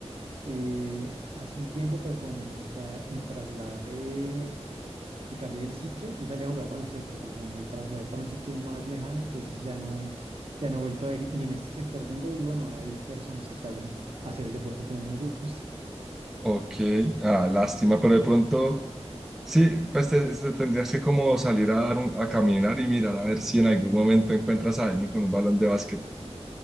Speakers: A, on the right; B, in the centre.
A: eh, hace un tiempo, pero como me, tra- me trasladé me cambié del sitio, yo salí a jugar baloncesto, pero como me trasladé para un sitio más lejano, entonces ya no, ya no he vuelto a ir. Y en este sector donde vivo no hay personas que salgan a hacer el deporte que a mí me gusta.
B: Ok, ah, lástima, pero de pronto, sí, pues te, te tendrías que como salir a, dar un- a caminar y mirar a ver si en algún momento encuentras a alguien con un balón de básquet.